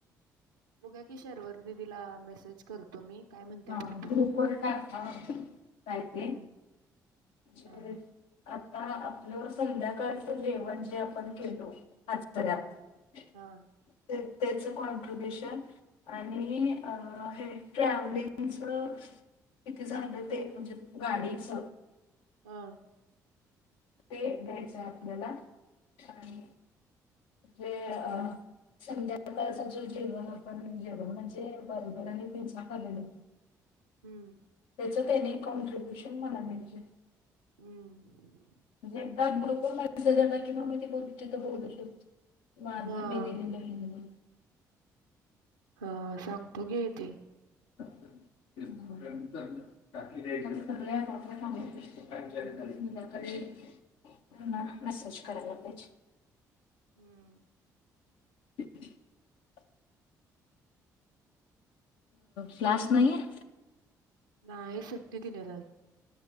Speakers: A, on the right; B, on the left.
A: बघुया की शर्वरीदिदीला मेसेज करतो मी. काय म्हणत्या
B: हा.
A: बघतो
B: ग्रुपवर
A: की
B: टाक ना मग, कायते.
A: हम्म
B: ज
A: हा हा
B: आप आपलं संध्याकाळचं जेवण जे आपण केलो. <unintelligible>
A: हम्म हा
B: तेच कॉट्रब्युश न आणि हे ट्रव्हलिंग तुमच किती झालं ते म्हणजे गाडीच?
A: हा.
B: ते द्यायचं आपल्याला आणि जे अ -- संध्याकाळ जे जेवण होत ना जेवण म्हणजे बर्गर आणि पिझ्झा खालेलो.
A: हम्म.
B: तेच तेनि कॉन्रब्युशन मला द्यायचं.
A: हम्म.
B: म्हणजे एकदा ग्रुपवर मॅसेज आला की मी तिथं बोलु शकतोय. माझ
A: हा
B: मी दिलेलं हिंद- -
A: हा सांगतो घे ते.
B: तेच मग. सगळ्या अकाऊंटला <unintelligible> संध्याकाळी त्यांना मॅसेज करायला पाहिजे.
A: हम्म.
B: <unintelligible> क्लास नाही आहे
A: नाहीय सुट्टी दिल्यात आज